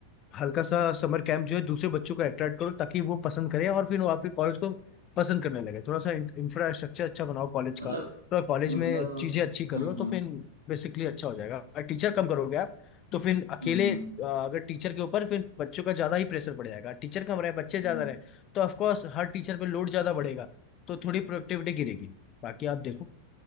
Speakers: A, on the left; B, on the right.
A: हल्का सा समर कैंप जो है दूसरे बच्चों को अट्रैक्ट करो ताकि वो पसंद करें और फिर वो आपके कॉलेज को पसंद करने लगे थोड़ा सा इंफ्रास्ट्रक्चर अच्छा बनाओ कॉलेज का
B: मतलब
A: तो कॉलेज
B: मतलब
A: में चीजें अच्छी कर
B: हम्म
A: लो तो
B: हम्म
A: फिर बेसिकली अच्छा हो जाएगा अगर टीचर कम करोगे आप तो फिर अकेले
B: हम्म हम्म
A: अ, अगर टीचर के ऊपर फिर बच्चों का ज्यादा ही प्रेशर पड़ जाएगा टीचर कम रहे बच्चे
B: हम्म।
A: ज्यादा रहे तो ऑफकोर्स हर टीचर पे लोड ज्यादा बढ़ेगा तो थोड़ी प्रोडक्टिविटी गिरेगी बाकी आप देखो